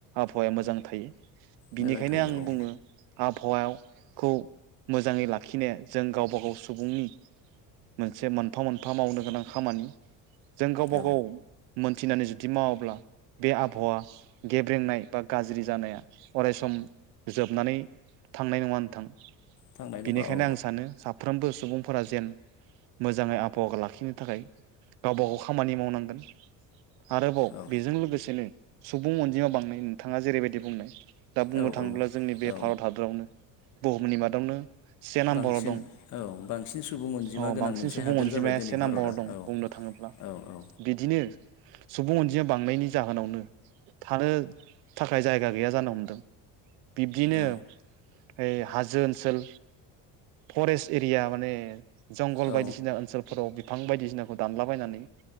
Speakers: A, on the right; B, on the left.
A: आबहावाया मोजां थायो बिनिखायनो
B: मोजां थायो
A: आं
B: औ
A: बुङो आबहावाखौ मोजाङै लाखिनो जों गावबा गाव सुबुंनि मोनसे मोनफा मोनफा मावनो गोनां खामानि जों गावबा
B: औ
A: गाव मोनथिनानै जुदि मावाब्ला बे आबहावा गेब्रेंनाय बा गाज्रि जानाया अरायस जोबनानै थांनाय नङा नोंथां
B: थांनाय नङा
A: बेनिखायनो
B: औ
A: आं सानो साफ्रोमबो सुबुंफोरा जेन मोजाङै आबहावा लाखिनो थाखाय गावबा गाव खामानि मावनांगोन आरोबाव
B: औ
A: बेजों लोगोसेनो सुबुं अनजिमायाव बांनाय नोंथाङा जेरैबायदि बुंनाय दा बुंनो
B: औ
A: थाङोब्ला
B: औ
A: जोंनि बे
B: औ
A: भारत हादरावनो बुहुमनि मादावनो से नाम्बाराव
B: बांसिन
A: दं
B: औ बांसिन सुबुं अनजिमा
A: औ
B: गोनां
A: बांसिन
B: मोनसे
A: सुबुं
B: हादोर
A: अनजिमाया
B: जाबाय दिनै
A: से नाम्बाराव
B: भारतआ
A: दं
B: औ
A: बुंनो थाङोब्ला
B: औ औ
A: बिदिनो सुबुं अनजिमाया बांनायनि जाहोनावनो थानो थाखाय जायगा गैया जानो हमदों बिब्दिनो
B: औ
A: ओइ हाजो ओनसोल फरेस्ट एरिया माने जंगल
B: औ
A: बायदिसिना ओनसोल फोराव बिफां बायदिसिनाखौ दानलाबायनानै